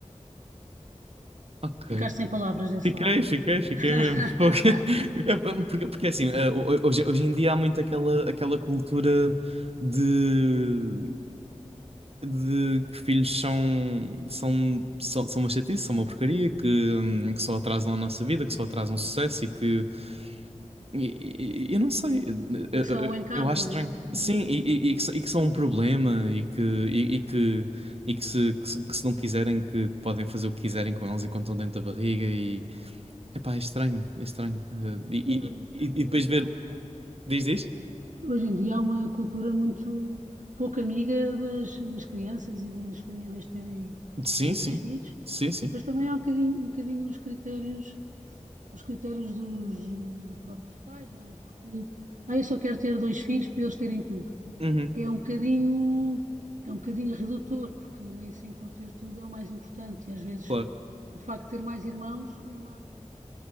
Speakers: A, on the right (about 50°); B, on the right (about 80°).
A: Ok.
B: Ficaste sem palavras desse
A: Fiquei,
B: lado.
A: fiquei, fiquei
B: <laughs>
A: mesmo. <laughs> Porque, porque, porque assim, eh, ho- hoje, hoje em dia há muito aquela, aquela cultura de, de que filhos são, são, são, são uma chatice, são uma porcaria, que, hum, que só atrasam a nossa vida, que só atrasam o sucesso e que E, e- e não sei, eu,
B: E que
A: eu-
B: são um encargo,
A: eu acho
B: não
A: estranho.
B: é?
A: Sim,
B: São- um
A: e,
B: encargo.
A: e- e que, s- e que são um problema e que, e, e que, e que, se, que, se, que se não quiserem, que podem fazer o que quiserem com eles enquanto estão dentro da barriga e... Epá, é estranho, é estranho. Eh, E,
B: Sim, hoje em dia,
A: e, e, e
B: hoje
A: depois
B: em dia
A: ver...
B: há uma,
A: Diz, diz?
B: Hoje em dia há uma cultura muito pouco amiga das, das crianças e das famílias terem,
A: Sim,
B: terem
A: sim.
B: mais filhos.
A: Sim, sim.
B: E depois também há um bocadinho, um bocadinho os critérios, os critérios dos, dos próprios pais, não é? Porque, ah, eu só quero ter dois filhos para eles terem tudo.
A: Uhum,
B: É um bocadinho, é um bocadinho redutor, porque nem sempre o ter tudo é o mais importante. E às vezes
A: claro.
B: o facto de ter mais irmãos é mais,